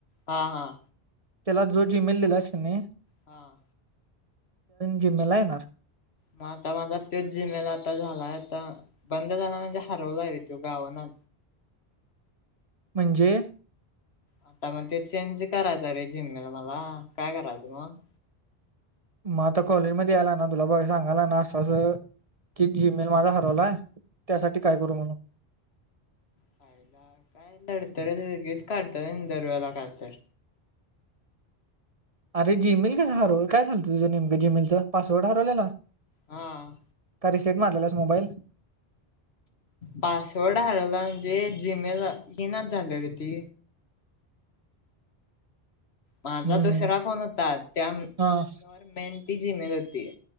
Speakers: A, on the left; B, on the right.
A: हां हां
B: त्याला जो जीमेल दिलास की नाही
A: हां
B: जे मला येणार
A: म आता माझा तोच जिमेल आता झालाय आता. बंद झाला म्हणजे हरवलाय रे तो गावना.
B: म्हणजे
A: आता मग ते चेंज करायचं रे जी मेल मला काय करायचं मग?
B: मग आता कॉलेज मध्ये याय लागणार तुला बघ सांगायला लागणार असं असं कि जीमेल माझा हरवलाय त्यासाठी काय करू म्हणून
A: च्यायला काय लडतरच वेगळीच काढतात होनी दर वेळेला काय तर
B: अरे जीमेल कसं हरवलं काय झालतं तुझं नेमकं जीमेलचं पासवर्ड हरवलेलं?
A: हां
B: रिसेट मारलेलास मोबाईल?
A: पासवर्ड हरवला म्हणजे जीमेल ईनाच झालंय रे ती. माझा
B: हम्म हम्म.
A: दुसरा फोन होता त्या फोनवर
B: हा
A: मेन ती जीमेल होती.